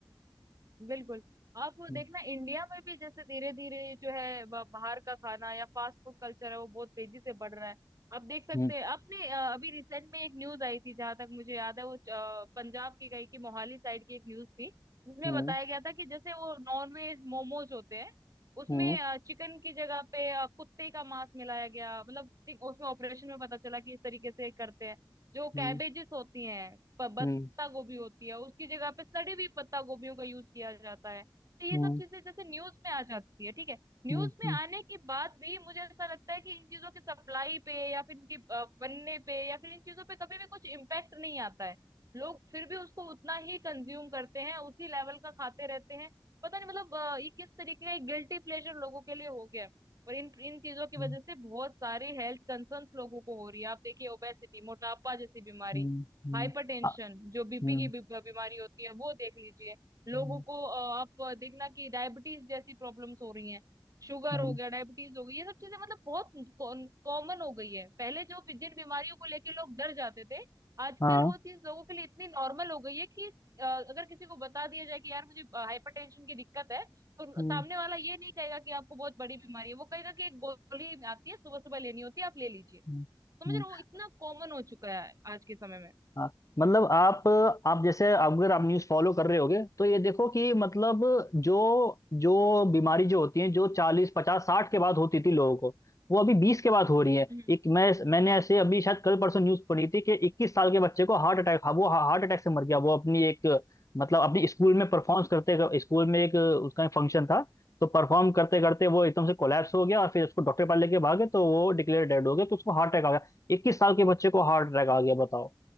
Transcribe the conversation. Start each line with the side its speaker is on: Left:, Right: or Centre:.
Right: बिल्कुल आप वो
Left: हम्म,
Right: देखना इंडिया में भी जैसे धीरे धीरे जो है ब- बाहर का खाना या फास्ट फूड कल्चर है वो बहुत तेजी से बढ़ रहा है आप देख सकते
Left: हम्म,
Right: हैं आपने अ, अभी रिसेंट में एक न्यूज आई थी जहां तक मुझे याद है वो अ, पंजाब की कहीं की मोहाली साइड की एक न्यूज थी जिसमें
Left: हम्म,
Right: बताया गया था कि जैसे वो नॉनवेज मोमोज होते हैं उसमें
Left: हम्म,
Right: चिकन की जगह पे अ, कुत्ते का मांस मिलाया गया मतलब ठीक उसमें ऑपरेशन में पता चला कि इस तरीके से करते हैं जो
Left: हम्म,
Right: कैबेजेस होती हैं पत्ता
Left: हम्म,
Right: गोभी होती है उसकी जगह पे सड़ी हुई पत्ता गोभियों का यूज किया जाता है तो ये
Left: हम्म,
Right: सब चीजें जैसे न्यूज में आ जाती है ठीक है न्यूज
Left: हम्म,
Right: में
Left: हम्म,
Right: आने के बाद भी मुझे ऐसा लगता है कि इन चीजों की सप्लाई पे या फिर इनके अ, बनने पे या फिर इन चीजों पे कभी भी कुछ इम्पैक्ट नहीं आता है लोग फिर भी उसको उतना ही कंज्यूम करते हैं उसी लेवल का खाते रहते हैं पता नहीं मतलब अ, ये किस तरीके का एक गिल्टी प्लेजर लोगों के लिए हो गया है। और इन इन चीजों की वजह
Left: हम्म,
Right: से बहुत सारे हेल्थ कंसर्न्स लोगों को हो रही है आप देखिए ओबेसिटी मोटापा जैसी बीमारी
Left: हम्म, हम्म,
Right: हाइपरटेंशन
Left: आ-
Right: जो बीपी
Left: हम्म,
Right: की बी- बीमारी होती है वो देख लीजिए लोगों
Left: हम्म,
Right: को अ, आप देखना कि डायबिटीज जैसी प्रॉब्लम्स हो रही हैं शुगर
Left: हम्म,
Right: हो गया डायबिटीज हो गई ये सब चीजें मतलब बहुत कॉमन हो गई है पहले जो जिन बीमारियों को लेके लोग डर जाते थे आजकल
Left: हाँ
Right: वो चीज लोगों के लिए इतनी नॉर्मल हो गई है कि अ, अगर किसी को बता दिया जाए कि यार मुझे हाइपरटेंशन की दिक्कत है तो
Left: हम्म,
Right: सामने वाला ये नहीं कहेगा कि आपको बहुत बड़ी बीमारी है वो कहेगा कि एक गोली आती है सुबह सुबह लेनी होती है आप ले लीजिए
Left: हम्म,
Right: समझ
Left: हम्म।
Right: रहे हो वो इतना कॉमन हो चुका है आज के समय
Left: हाँ मतलब आप आप जैसे अगर आप न्यूज़ फॉलो कर रहे होगे तो ये देखो कि मतलब जो जो बीमारी जो होती है जो चालीस पचास साठ के बाद होती थी लोगों को वो अभी बीस के बाद हो रही है
Right: में
Left: एक मैं मैंने ऐसे अभी शायद कल परसों न्यूज़ पढ़ी थी कि इक्कीस साल के बच्चे को हार्ट अटैक वो हार्ट अटैक से मर गया वो अपनी एक मतलब अपने स्कूल में परफॉर्म करते स्कूल में एक उसका फंक्शन था तो परफॉर्म करते करते वो एकदम से कोलैप्स हो गया और फिर उसको डॉक्टर पास लेके भागे तो वो डिक्लेयर डेड हो गया तो उसको हार्ट अटैक आ गया इक्कीस साल के बच्चे को हार्ट अटैक आ गया बताओ